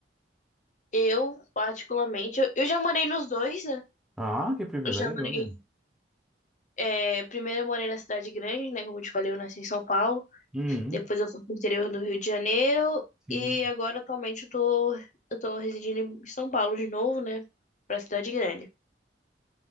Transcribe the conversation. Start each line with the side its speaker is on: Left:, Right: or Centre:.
Left: Eu, particularmente, eu, eu já morei nos dois, né?
Centre: Ah, que privilégio,
Left: Eu já morei.
Centre: olha.
Left: é, primeiro eu morei na cidade grande, né? Como eu te falei, eu nasci em São Paulo.
Centre: Hum,
Left: Depois eu fui pro interior do Rio de Janeiro.
Centre: sim.
Left: E agora, atualmente, eu tô, eu tô residindo em São Paulo de novo, né? Pra cidade grande.